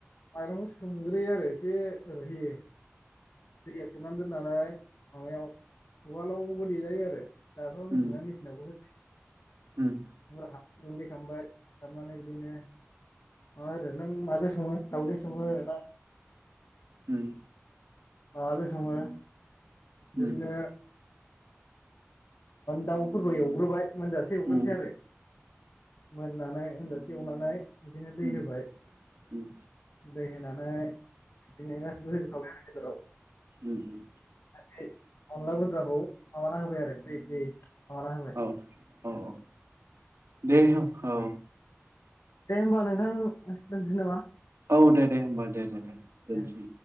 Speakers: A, on the left; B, on the right.
A: माइरंखौ सोमग्रोयो आरो एसे रुयहोयो। दैयाव सोमनानै दोननानै माबायाव उवालावबो देजायो आरो। दाथ' मेसेंना
B: उम
A: मेसिनावबो हो
B: उम
A: <unintelligible> <inaudible> गुन्दै खामबाय खामनानै बिदिनो माबा आरो नों माजों सङो दाउजों सङो ना
B: हम।
A: माबाजों सङो बिदिनो
B: उम
A: दाउ फोरखौ एवग्रोबाय मोनजासे एवग्रोनोसै
B: उम
A: आरो। मोननानै मोनजासे एवनानै बिदिनो दै
B: उम
A: होबाय
B: उम।
A: दै होनानै बिदिनो गासैबो होजोबखाबाय आरो। बेदराव
B: उम उम।
A: बे अनला गुन्द्राखौ माबाना होबाय आरो। फ्रि फ्रि माबाना होबाय।
B: औ औ औ। दे औ।
A: दे होमबा नों थां दोनसै नामा
B: औ दे दे होमबा दे दे दोनसै।
A: दे दे।